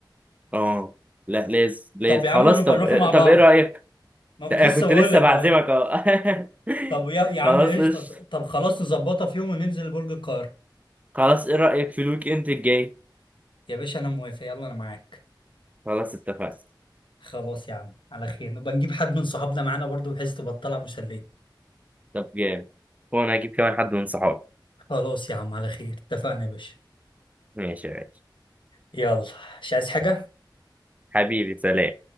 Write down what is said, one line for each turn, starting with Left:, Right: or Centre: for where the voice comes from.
Right: اه لا لازم لازم
Left: طب يا
Right: خلاص
Left: عم نبقى
Right: طب
Left: نروح مع بعض
Right: طب ايه رايك
Left: ما كنت
Right: أنا
Left: لسه
Right: كنت
Left: بقول
Right: لسه
Left: لك
Right: بعزمك
Left: أهو
Right: اهو <laughs>
Left: طب يا يا عم
Right: خلاص
Left: قشطة
Right: قشطة
Left: طب خلاص نظبطها في يوم وننزل برج القاهرة
Right: خلاص ايه رايك في الويك اند الجاي
Left: يا باشا أنا موافق يلا أنا معاك
Right: خلاص اتفقنا
Left: خلاص يا عم على خير نبقى نجيب حد من صحابنا معانا برضو بحيث تبقى الطلعة مسلية
Right: طب جامد وانا هجيب كمان حد من صحابي
Left: خلاص يا عم على خير اتفقنا يا باشا
Right: ماشي ماشي
Left: يلا مش عايز حاجة
Right: حبيبي سلام